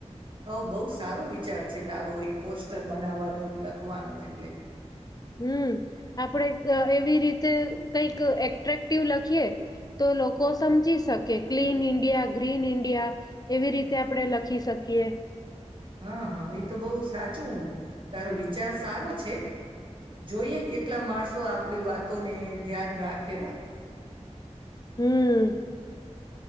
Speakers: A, on the right; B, on the left.
A: હવ બહુ સારો વિચાર છે તારો ઈ પોસ્ટર બનાવવાનો લખવાનું એટલે
B: હમ આપડે જ એવી રીત તે કઈક એક્ટ એટ્રેક્ટિવ લખીએ તો લોકો સમજી શકે ક્લીન ઈન્ડિયા ગ્રીન ઈન્ડિયા એવી રીતે આપણે લખી શકીએ.
A: હા હા એ તો બહુ સાચું તારો વિચાર સારો છે. જોઈએ કેટલા માણસો આપણી વાત વાતો ને ધ્યાન રાખે રાખ.
B: હમ્મ.